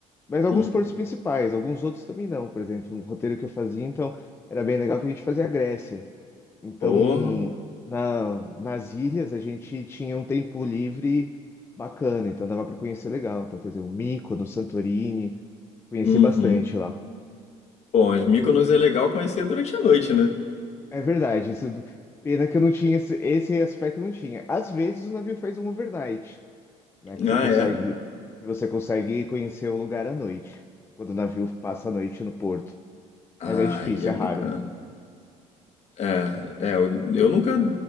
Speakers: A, on the left (about 15°); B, on the left (about 50°).
A: Mas alguns
B: Uhum.
A: portos principais, alguns outros também não. Por exemplo, um roteiro que eu fazia, então, era bem legal que a gente fazia a Grécia. Então,
B: Pô.
A: na, nas ilhas a gente tinha um tempo livre bacana, então dava para conhecer legal. Então, por exemplo, Mykonos, Santorini, conheci
B: Uhum.
A: bastante lá.
B: Bom, as Mykonos é legal conhecer durante a noite, né?
A: É verdade, isso, pena que eu não tinha esse, esse aspecto eu não tinha. Às vezes o navio faz um overnight, né, que você
B: Ah,
A: consegue
B: é.
A: que você consegue conhecer o lugar à noite, quando o navio passa a noite no porto.
B: Ah,
A: Mas é difícil,
B: Aí é bacana.
A: é raro.
B: É, é, eu, eu nunca